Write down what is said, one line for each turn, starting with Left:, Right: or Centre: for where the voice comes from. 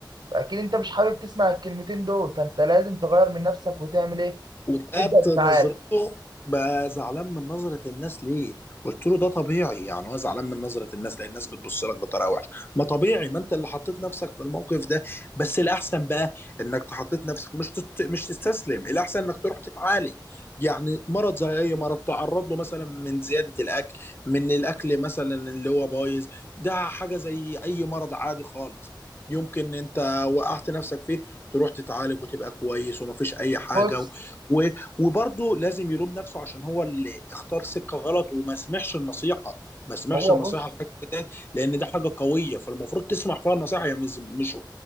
Right: اكيد انت مش حابب تسمع الكلمتين دول فانت لازم تغير من نفسك وتعمل ايه
Left: وبقت
Right: تبدا
Left: نظرته
Right: تتعالج
Left: بقى زعلان من نظرة الناس ليه؟ قلت له ده طبيعي يعني هو زعلان من نظرة الناس لأن الناس بتبص لك بطريقة وحشة، ما طبيعي ما أنت اللي حطيت نفسك في الموقف ده، بس الأحسن بقى إنك تحطيت نفسك مش تت... مش تستسلم، الأحسن إنك تروح تتعالج، يعني مرض زي أي مرض تعرض له مثلا من زيادة الأكل، من الأكل مثلا اللي هو بايظ، ده حاجة زي أي مرض عادي خالص، يمكن أنت وقعت نفسك فيه تروح تتعالج وتبقى كويس ومفيش أي حاجة
Right: بص
Left: و- وبرضه لازم يلوم نفسه عشان هو اللي اختار سكة غلط وما سمعش النصيحة ما سمعش
Right: هو
Left: النصيحة
Right: بص
Left: الحاجة ديت لأن ده حاجة قوية فالمفروض تسمع فيها النصيحة يعني مش مش